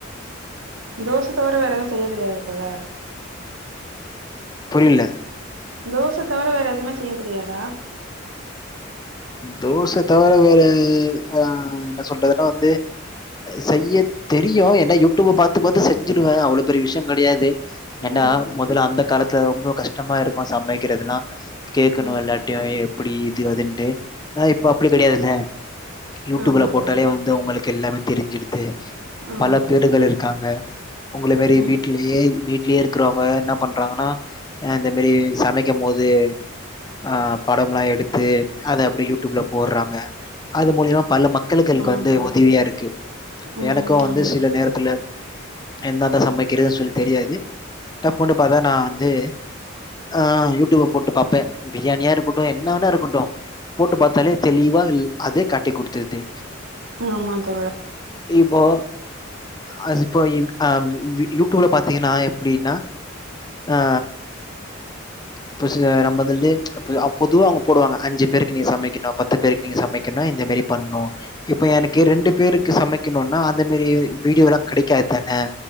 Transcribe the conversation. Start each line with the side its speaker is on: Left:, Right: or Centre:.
Right: தோச தவிர வேற எதுவு செய்ய தெரியாதா தோழர்
Left: புரில
Right: தோச தவிர வேற எதுமே செய்ய தெரியாதா
Left: தோச தவிர வேற ஆ என்ன சொல்றதுன்னா வந்து செய்ய தெரியு ஏனா யூட்யூப்ப பாத்து பாத்து செஞ்சுடுவ அவ்ளோ பெரிய விஷ்யோ கெடையாது என்ன
Right: ம்
Left: மொதல்ல அந்த காலத்துல ரொம்ப கஷ்டமா இருக்கூ சமைக்கிறதெல்லா கேட்கணு
Right: ம்
Left: எல்லாட்டையு ஏ எப்டி இது அதுன்ட்டு ஆ இப்ப அப்டி கெடையாதுல்ல யூ ட்யூப்ல
Right: ஆமா
Left: போட்டாலே
Right: தோழர்
Left: வந்து உங்களுக்கு எல்லா தெரிஞ்சுருது
Right: ஆமா
Left: பல
Right: தோழர்
Left: பேர்கள் இருக்காங்க உங்கள மாரி
Right: ம்
Left: வீட்லயே வீட் லயே இருக்குறவங்க என்ன பண்றாங்கன்னா இந்த மாரி சமைக்கூ போது ஆ படம்லா எடுத்து அத அப்டி யூ ட்யூப்ல போட்றாங்க அது மூலியமா பல மக்களுக்களுக்கு
Right: ஆமா
Left: வந்து
Right: தோழர்
Left: உதவியாருக்கு
Right: ம்
Left: எனக்கூ வந்து
Right: ஆமா தோழர்
Left: சில நேரத்துல என்ன தா சமைக்கிறதுன்னு சொல்லி தெரியாது டப்புன்னு பாத்தா நா வந்து ஆ யூ ட்யூப் போட்டு பாப்பே பிரியாணியா இருக்கட்டூ என்னவேனா இருக்கட்டூ போட்டு பாத்தாலே தெளிவா எல் அதே காட்டி குடுத்துருது
Right: ஆமா தோழர்
Left: இப்போ ஆ இப்போ ஆ ம் யூ ட்யூப்ல பாத்தீங்கன்னா எப்டின்னா ஆ இப்ப சில நம்மதுலே இப்ப பொதுவா அவுங்க போடுவாங்க அஞ்சு பேருக்கு நீ சமைக்கணு பத்து பேருக்கு நீங்க சமைக்கணு இந்த மாரி பண்ணு இப்ப எனக்கு ரெண்டு பேருக்கு சமைக்கணுனா அந்த மாரி வீடியோலா கெடைக்காதா